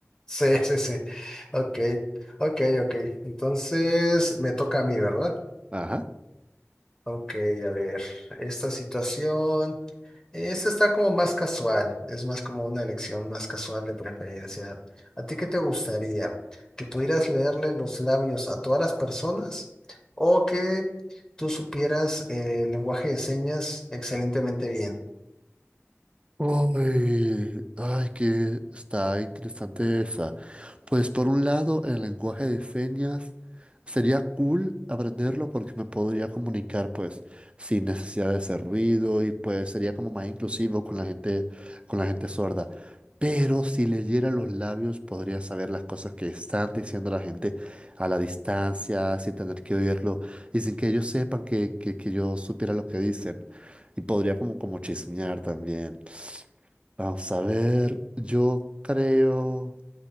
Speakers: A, on the left; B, on the right.
A: Sí, sí, sí. Ok, ok, ok. Entonces me toca a mí, ¿verdad?
B: <laughs> Ajá.
A: Ok, a ver, esta situación, esta está como más casual, es más como una elección más casual de preferencia. ¿A ti qué te gustaría? ¿Que pudieras leerle los labios a todas las personas o que tú supieras eh, el lenguaje de señas excelentemente bien?
B: Ay, ay, que está interesante esa. Pues por un lado, el lenguaje de señas sería cool aprenderlo porque me podría comunicar pues sin necesidad de hacer ruido y pues sería como más inclusivo con la gente, con la gente sorda. Pero si leyera los labios podría saber las cosas que están diciendo la gente a la distancia, sin tener que oírlo y sin que ellos sepan que, que, que yo supiera lo que dicen. Y podría como, como chismear también. Vamos a ver, yo creo